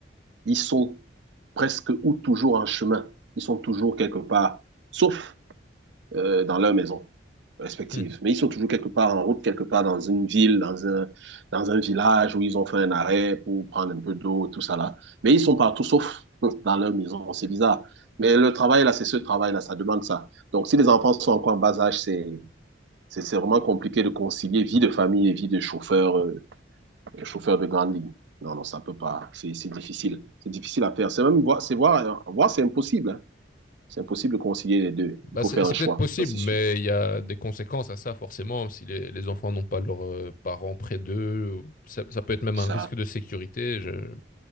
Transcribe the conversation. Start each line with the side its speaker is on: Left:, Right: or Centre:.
Right: Ils sont presque ou toujours en chemin. Ils sont toujours quelque part, sauf euh, dans leur maison respective.
Left: Hmm.
Right: Mais ils sont toujours quelque part en route, quelque part dans une ville, dans un, dans un village où ils ont fait un arrêt pour prendre un peu d'eau, tout ça là. Mais ils sont partout sauf <laughs> dans leur maison. C'est bizarre. Mais le travail là, c'est ce travail là, ça demande ça. Donc si les enfants sont encore en bas âge, c'est, c'est, c'est vraiment compliqué de concilier vie de famille et vie de chauffeur euh, chauffeur de grande ligne. Non, non, ça ne peut pas. C'est c'est difficile. C'est difficile à faire. C'est même voir, c'est voir, voir, c'est impossible. hein. C'est impossible de concilier les deux.
Left: Bah,
Right: Il faut
Left: c'est
Right: faire
Left: c'est
Right: un choix,
Left: peut-être possible,
Right: ça c'est sûr.
Left: mais il y a des conséquences à ça, forcément. Si les, les enfants n'ont pas leurs euh, parents près d'eux, ça, ça peut être même
Right: Ça,
Left: un risque de sécurité. Je